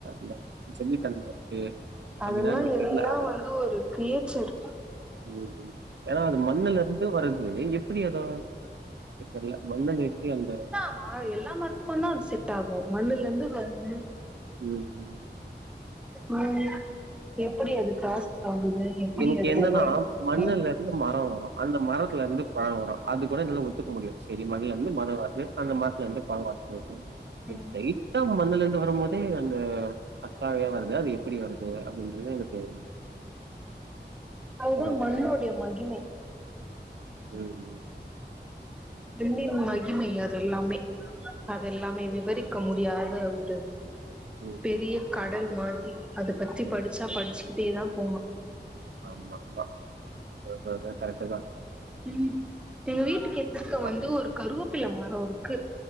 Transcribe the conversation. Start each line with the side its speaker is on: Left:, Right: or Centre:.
Right: ந்த ஜெல்லுதன்ம இர்க்கு
Centre: அதெல்லா
Right: அப்டிலா எனக்கு
Centre: எல்லா
Right: தெர்ல அத
Centre: வந்து ஒரு கிரியேச்சர்
Right: ம் ம் ஏனா அது மண்ணுல இர்ந்து வரது எப்பிடி அது அ வரு தெர்ல மண்ட நிர்த்தி அந்த
Centre: ஆ எல்லா மரத்துக்குந்தா அது செட்டாகு மண்ணுலந்து வருது
Right: ம் ம்.
Centre: ம் எப்புடி அது ப்ராசெஸ் ஆகுது எப்டி
Right: இன்னக்கி
Centre: அது
Right: என்னன்னா
Centre: வருது அப்டின்னு
Right: மண்ணுல
Centre: தெரில
Right: அந்த மர வரு அந்த மரத்துலந்து பழ வரு அது கூட என்னால ஒத்துக்க முடியு செடி மண்லேருந்து மர வருது அந்த மரத்துலந்து பழ வரு
Centre: ஆ
Right: இன் ஸ்டைட்டா மண்ணுலேந்து வரும் போதே அங்க அத்தாவையா வருது அது எப்புடி வருது அப்டின்றது எனக்கு
Centre: அதுதா
Right: வர
Centre: மண்ணோடிய மகிமை
Right: ம் ம்
Centre: விண்ணின் மகிமை அதெல்லாமே அதெல்லாமே விவரிக்க முடியாத ஒரு
Right: ம்
Centre: பெரிய
Right: ம்
Centre: கடல் மாதிரி அத பத்தி படுச்சா படுச்சுக்கிட்டே தா போனு
Right: ஆமாமா அதா அதா கரெட்டுதா
Centre: ம் எங்க வீட்டுக்கு எதுர்க்க வந்து
Right: ஆ,
Centre: ஒரு கருவப்பில்ல மரோருக்கு